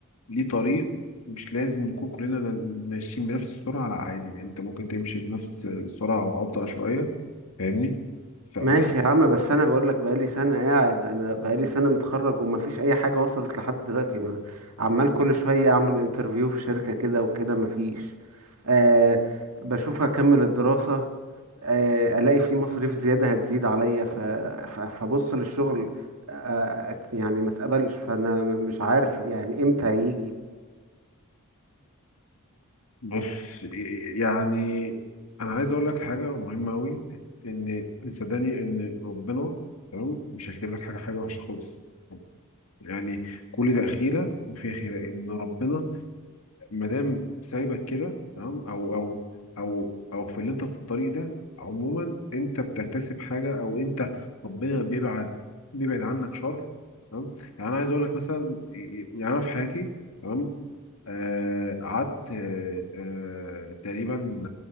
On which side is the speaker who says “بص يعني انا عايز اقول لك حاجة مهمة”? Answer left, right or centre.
Left